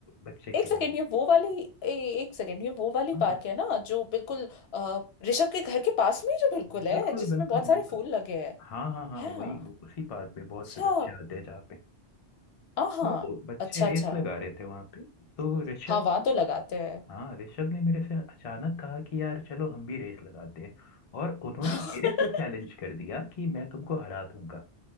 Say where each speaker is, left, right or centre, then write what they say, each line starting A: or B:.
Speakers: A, on the left; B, on the left.
A: बच्चे
B: एक
A: खेल
B: सेकेंड ये वो वाली ए, एक सेकेंड ये वो वाली
A: हाँ
B: पार्क
A: हाँ।
B: है ना जो बिल्कुल अ, ऋषभ के घर के पास में ही जो बिल्कुल
A: बिल्कुल
B: है जिसमें
A: बिल्कुल
B: बहुत सारे
A: बिल्कुल
B: फूल लगे हैं
A: हाँ हाँ हाँ वही
B: हाँ
A: उसी पार्क में बहुत
B: अच्छा
A: से बच्चे आते हैं जहाँ पे
B: आ, हाँ
A: तो बच्चे
B: अच्छा
A: रेस
B: अच्छा
A: लगा रहे थे वहां पे तो ऋषभ
B: हाँ वहां
A: ने-
B: तो लगाते हैं
A: हाँ ऋषभ ने मेरे से अचानक कहा कि यार चलो हम भी रेस लगाते हैं और उन्होंने
B: <laughs>
A: मेरे को चैलेंज कर दिया कि मैं तुमको हरा दूंगा